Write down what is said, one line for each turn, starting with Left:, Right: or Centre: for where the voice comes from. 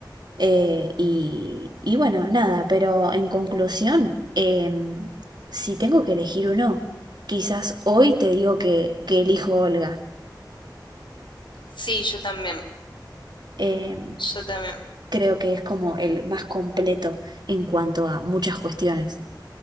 Right: eh, y, y bueno, nada, pero en conclusión, em, si tengo que elegir uno, quizás hoy te digo que, que elijo Olga.
Left: Sí, yo también.
Right: em,
Left: Yo también.
Right: creo que es como el más completo en cuanto a muchas cuestiones.